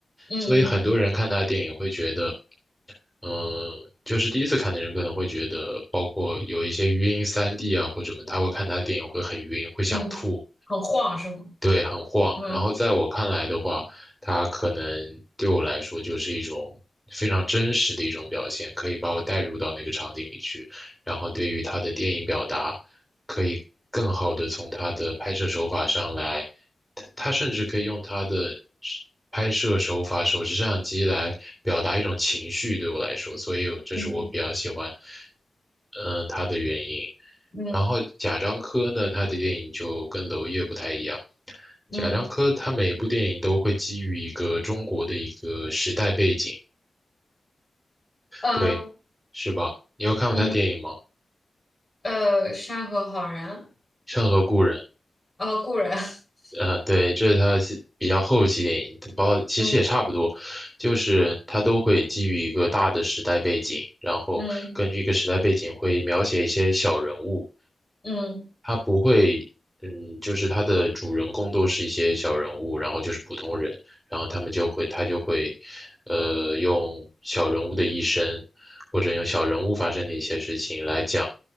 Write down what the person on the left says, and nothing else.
嗯嗯
嗯嗯，很晃是吗？
嗯
嗯
嗯
嗯
呃
嗯呃，山河好人，
呃故人，<laughs>
嗯
嗯嗯，